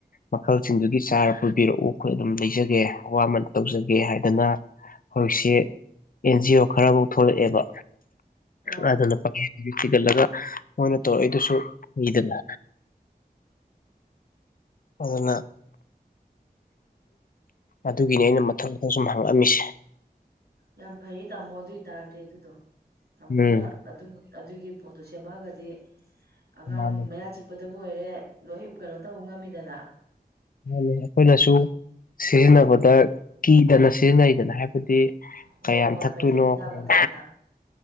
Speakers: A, on the left (about 60°); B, on the right (about 80°).
A: ꯃꯈꯜꯁꯤꯡꯗꯨꯒꯤ ꯆꯥꯔ ꯄꯨꯕꯤꯔꯛꯎ ꯑꯩꯈꯣꯏ ꯑꯗꯨꯝ ꯂꯩꯖꯒꯦ ꯑꯋꯥꯃꯟ ꯇꯧꯖꯒꯦ ꯍꯥꯏꯗꯅ ꯍꯧꯖꯤꯛꯁꯦ ꯑꯦꯟꯖꯤ ꯑꯣ ꯈꯔꯐꯧ ꯊꯣꯛꯂꯛꯑꯦꯕ
B: ꯑꯥ
A: ꯑꯗꯨ ꯑꯗꯨꯅꯄ ꯊꯤꯒꯠꯂꯒ ꯃꯣꯏꯅ ꯇꯧꯔꯛꯏꯗꯨꯁꯨ ꯃꯤꯗꯅ ꯑꯗꯨꯅ ꯑꯗꯨꯒꯤꯅꯤ ꯑꯩꯅ ꯃꯊꯛ ꯃꯊꯪ ꯁꯨꯝ ꯍꯪꯉꯛꯑꯝꯃꯤꯁꯦ
B: ꯌꯥꯝ ꯐꯩꯌꯦ ꯇꯥꯃꯣ ꯑꯗꯨ ꯑꯣꯏꯇꯥꯔꯗꯤ ꯑꯗꯨꯗꯣ ꯇꯥꯃꯣꯅ
A: ꯎꯝ
B: ꯑꯗꯨ ꯑꯗꯨꯒꯤ ꯄꯣꯠꯇꯣ ꯁꯦꯝꯃꯛꯑꯒꯗꯤ ꯑꯉꯥꯡ
A: ꯃꯥꯅꯤ
B: ꯃꯌꯥ ꯆꯤꯛꯄ ꯑꯗꯨꯕꯨ ꯑꯣꯏꯔꯦ ꯂꯣꯏ ꯀꯩꯅꯣ ꯇꯧꯕ ꯉꯝꯃꯤꯗꯅ
A: ꯃꯥ ꯑꯩꯈꯣꯏꯅꯁꯨ ꯁꯤꯖꯤꯟꯅꯕꯗ ꯀꯤꯗꯅ ꯁꯤꯖꯤꯟꯅꯩꯗꯅ ꯍꯥꯏꯕ ꯑꯗꯨꯗꯤ
B: ꯍꯣꯏ
A: ꯀꯌꯥꯝ
B: ꯍꯣꯏ
A: ꯊꯛꯇꯣꯏꯅꯣ
B: ꯃꯩꯇꯩ ꯍꯤꯗꯥꯛ
A: ꯀꯌꯥꯝ
B: ꯉꯥꯛꯇꯅꯤꯅ